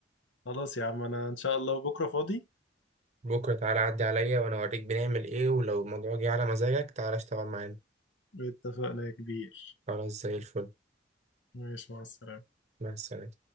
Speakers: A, on the left (about 85°); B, on the right (about 40°).
A: خلاص يا عم أنا إن شاء الله بكرة فاضي
B: بكره تعالى عدي عليا وانا اوريك بنعمل ايه ولو الموضوع جه على مزاجك تعالى اشتغل معانا
A: اتفقنا يا كبير
B: خلاص زي الفل
A: ماشي مع السلامة
B: مع السلامه